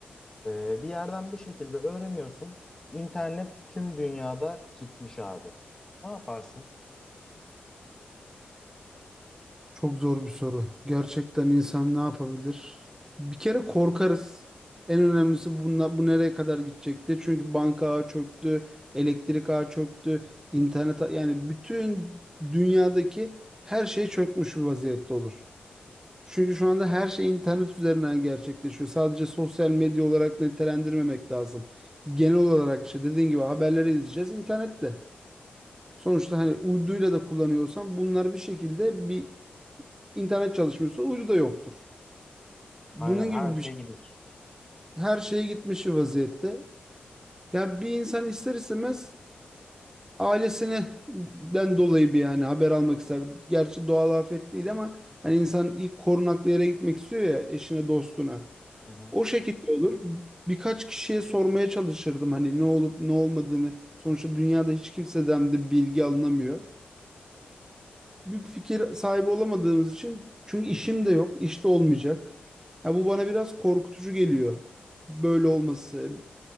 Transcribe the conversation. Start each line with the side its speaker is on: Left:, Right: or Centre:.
Left: Ee, bir yerden bir şekilde öğreniyorsun. İnternet tüm dünyada gitmiş abi. Ne yaparsın?
Right: Çok zor bir soru. Gerçekten insan ne yapabilir? Bir kere korkarız. En önemlisi bunla, bu nereye kadar gidecekti? Çünkü banka ağı çöktü, elektrik ağı çöktü, internet ağı- yani bütün dünyadaki her şey çökmüş bir vaziyette olur. Çünkü şu anda her şey internet üzerinden gerçekleşiyor. Sadece sosyal medya olarak nitelendirmemek lazım. Genel olarak işte dediğin gibi haberleri izleyeceğiz internette. Sonuçta hani uyduyla da kullanıyorsan bunlar bir şekilde bir İnternet çalışmıyorsa uydu da yoktur. Bunun
Left: Aynen
Right: gibi
Left: her
Right: bir
Left: şey
Right: şey.
Left: gidik.
Right: Her şeye gitmiş vaziyette. Ya bir insan ister istemez ailesinden dolayı bir yani haber almak ister. Gerçi doğal afet değil ama hani insan ilk korunaklı yere gitmek istiyor ya eşine dostuna.
Left: Hı hı.
Right: O şekilde olur. Birkaç kişiye sormaya çalışırdım hani ne olup ne olmadığını. Sonuçta dünyada hiç kimseden de bilgi alınamıyor. bir fikir sahibi olamadığımız için çünkü işim de yok, iş de olmayacak. Ya bu bana biraz korkutucu geliyor. Böyle olması.